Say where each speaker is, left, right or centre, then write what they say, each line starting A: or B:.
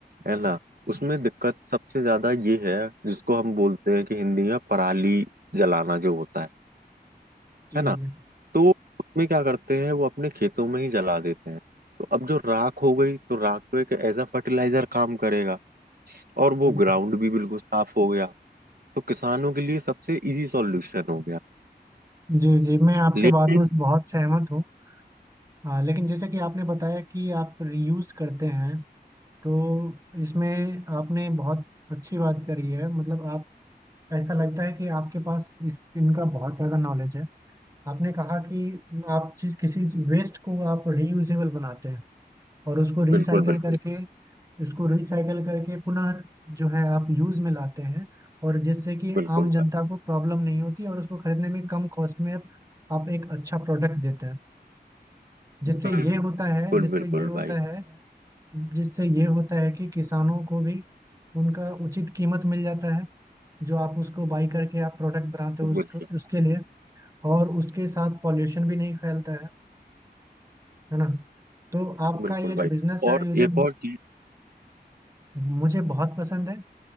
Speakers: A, on the right (about 60°); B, on the right (about 20°).
A: है ना उसमें दिक्कत सबसे ज्यादा ये है जिसको हम बोलते हैं कि हिंदी में पराली जलाना जो होता है
B: जी
A: है ना
B: जी
A: तो उसमें क्या करते हैं वो अपने खेतों में ही जला देते हैं तो अब जो राख हो गई तो राख तो एक एज अ फर्टिलाइजर काम करेगा और वो
B: हम्म।
A: ग्राउंड भी बिल्कुल साफ हो गया तो किसानों के लिए सबसे इजी सॉल्यूशन हो गया
B: जी जी मैं आपके
A: लेकिन
B: बातों से बहुत सहमत हूँ हाँ, लेकिन जैसे कि आपने बताया कि आप रीयूज करते हैं तो इसमें आपने बहुत अच्छी बात करी है मतलब आप ऐसा लगता है कि आपके पास इस इनका बहुत ज़्यादा नॉलेज है आपने कहा कि आप चीज किसी वेस्ट को आप रीयूजेबल बनाते हैं और उसको रिसाइकल
A: बिल्कुल बिल्कुल
B: करके इसको रिसाइकल करके पुनः जो है आप यूज में लाते हैं और जिससे कि
A: बिल्कुल
B: आम जनता
A: भाई
B: को प्रॉब्लम नहीं होती और उसको खरीदने में कम कॉस्ट में आप, आप एक अच्छा प्रोडक्ट देते हैं जिससे
A: बिल्कुल
B: ये होता है जिससे
A: बिल्कुल
B: ये होता
A: भाई
B: है जिससे ये होता है कि किसानों को भी उनका उचित कीमत मिल जाता है जो आप उसको बाई करके आप प्रोडक्ट बनाते
A: बिल्कुल
B: हो उसको उसके लिए और उसके साथ पॉल्यूशन भी नहीं फैलता है है ना तो आपका
A: बिल्कुल
B: ये
A: भाई
B: जो बिजनेस है
A: और
B: ये मुझे
A: एक और चीज
B: मुझे बहुत पसंद है